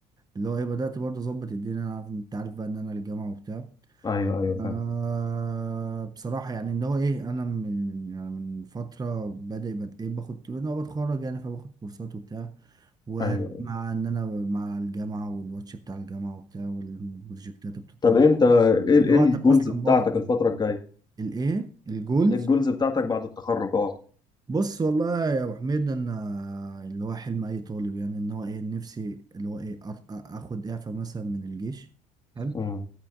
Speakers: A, on the right; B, on the left.
A: اللي هو ايه بدات برضه اظبط الدنيا انا عارف انت عارف بقى ان انا الجامعه وبتاع
B: أيوه أيوه
A: آه
B: فاهم
A: بصراحه يعني اللي هو ايه انا من يعني من فتره بادئ بد ايه باخد ان هو بتخرج يعني فباخد كورسات وبتاع ومع
B: أيوه أيوه
A: ان انا مع الجامعه والواتش بتاع الجامعه وبتاع والبروجكتات بتطور
B: طب أنت إيه
A: يعني
B: إيه
A: وقتك
B: الجولز
A: اصلا
B: بتاعتك
A: بايظ
B: الفترة الجاية؟
A: الايه الجولز
B: إيه الجولز بتاعتك بعد التخرج؟ أه
A: بص والله يا ابو حميد انا اللي هو حلم اي طالب يعني ان هو ايه نفسي اللي هو ايه أط- اخد اعفاء مثلا من الجيش حلو
B: أمم.